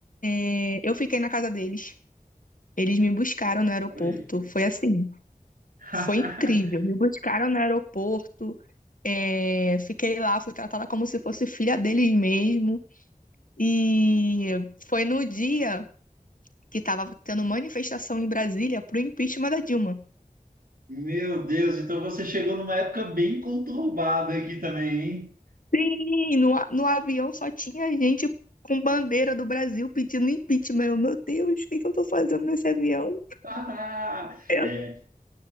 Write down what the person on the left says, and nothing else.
é, Eu fiquei na casa deles. Eles me buscaram no aeroporto.
Foi assim,
foi incrível. Me buscaram no aeroporto. é, Fiquei lá, fui tratada como se fosse filha deles mesmo. E foi no dia que estava tendo manifestação em Brasília pro impeachment da Dilma.
Sim, no, a- no avião só tinha gente com bandeira do Brasil pedindo impeachment. Eu, meu Deus, o que que eu tô fazendo nesse avião?
Eu,